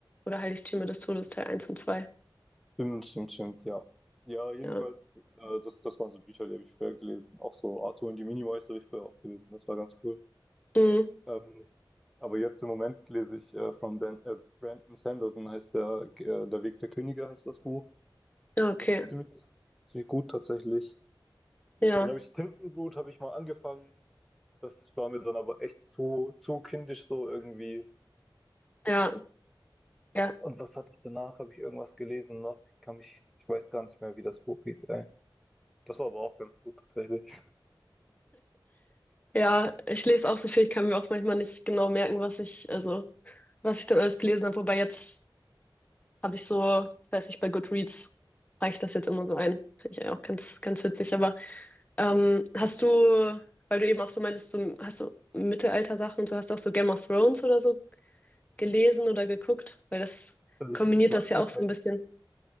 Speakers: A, on the left; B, in the centre.
A: Oder Heiligtümer des Todes, Teil eins und 2.
B: Stimmt, stimmt, stimmt, ja. Ja, jedenfalls,
A: Ja.
B: äh, das, das waren so Bücher, die habe ich früher gelesen. Auch so Arthur und die Minimeister habe ich früher auch gelesen. Das war ganz cool.
A: Mhm.
B: Ähm, aber jetzt im Moment lese ich äh, von ben, äh, Brandon Sanderson, heißt der, äh, Der Weg der Könige heißt das Buch.
A: Ja, okay.
B: Das ist ziemlich, ziemlich gut tatsächlich.
A: Ja,
B: Dann habe ich Tintenblut, habe ich mal angefangen. Das war mir dann aber echt zu, zu kindisch so irgendwie.
A: ja, ja.
B: Und was hatte ich danach? Habe ich irgendwas gelesen noch? Ich kann mich, ich weiß gar nicht mehr, wie das Buch hieß, ey. Das war aber auch ganz gut tatsächlich.
A: Ja, ich lese auch so viel, ich kann mir auch manchmal nicht genau merken, was ich, also, was ich dann alles gelesen habe. Wobei jetzt Habe ich so, ich weiß nicht, bei Goodreads reiche ich das jetzt immer so ein. Finde ich ja auch ganz, ganz witzig. Aber ähm, hast du, weil du eben auch so meintest, so, hast du Mittelalter-Sachen und so, hast du auch so Game of Thrones oder so gelesen oder geguckt? Weil das
B: Also
A: kombiniert
B: ich, ich mag
A: das
B: es
A: ja
B: nicht,
A: auch so
B: wenn.
A: ein bisschen.